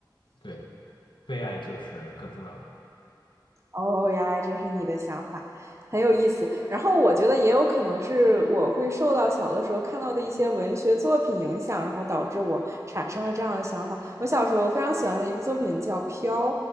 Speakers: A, on the left (about 80°); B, on the right (about 35°).
A: 对，被爱就是更重要的。
B: 哦，原来这是你的想法，很有意思。然后我觉得也有可能是我会受到小的时候看到的一些文学作品影响，然后导致我产生了这样的想法。我小时候非常喜欢的一部作品叫《飘》。